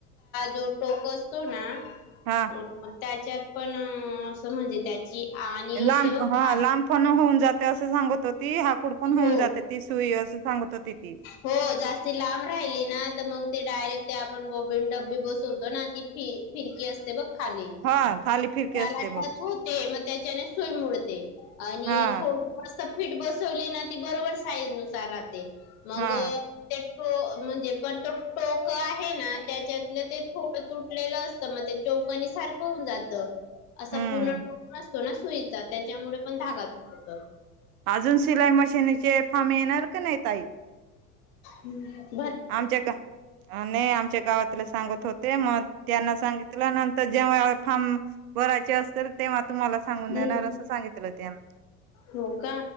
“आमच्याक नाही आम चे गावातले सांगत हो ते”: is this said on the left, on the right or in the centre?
Right